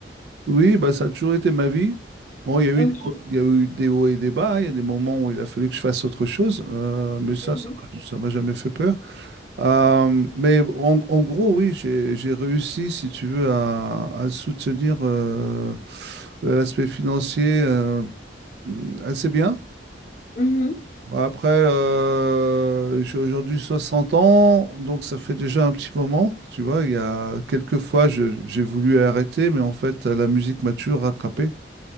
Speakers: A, on the right; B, on the left.
A: Oui, bah, ça a toujours été ma vie. Bon, il y a eu
B: Ok.
A: des, hauts- il y a eu des hauts et des bas. Il y a des moments où il a fallu que je fasse autre chose. euh, mais ça,
B: Mhm.
A: ça m'a ça m'a jamais fait peur. Euh, mais en, en gros, oui, j'ai, j'ai réussi, si tu veux, à, à soutenir euh, l'aspect financier euh, assez bien.
B: Mhm.
A: Bah, Après, euh, j'ai aujourd'hui 60 ans, donc ça fait déjà un petit moment. Tu vois, il y a quelques fois, je- j'ai voulu arrêter, mais en fait, la musique m'a toujours rattrapé.